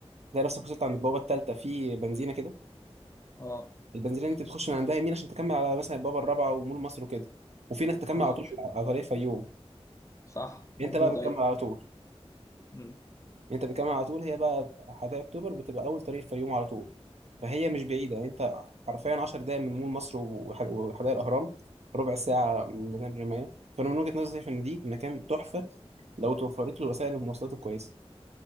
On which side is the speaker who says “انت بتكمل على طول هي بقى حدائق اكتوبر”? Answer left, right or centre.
Right